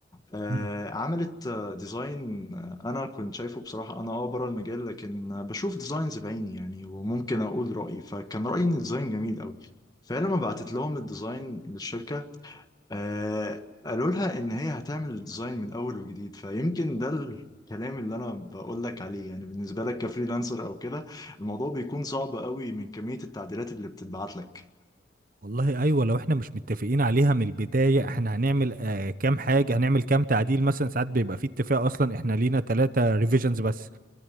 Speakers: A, on the left; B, on the right.
A: آه،
B: مم.
A: عملت آه، ديزاين آه، انا كنت شايفه بصراحه انا اه بره المجال لكن آه، بشوف ديزاينز بعيني يعني وممكن اقول رايي فكان رايي ان الديزاين جميل قوي فانا لما بعتت لهم الديزاين للشركه آه، قالوا لها ان هي هتعمل الديزاين من اول وجديد فيمكن ده الكلام اللي انا بقول لك عليه يعني بالنسبه لك كفريلانسر او كده الموضوع بيكون صعب قوي من كميه التعديلات اللي بتتبعت لك
B: والله ايوه لو احنا مش متفقين عليها من البداية احنا هنعمل آه كام حاجة هنعمل كام تعديل مثلا ساعات بيبقى في اتفاق اصلا احنا لينا ثلاثة ريفيجنز بس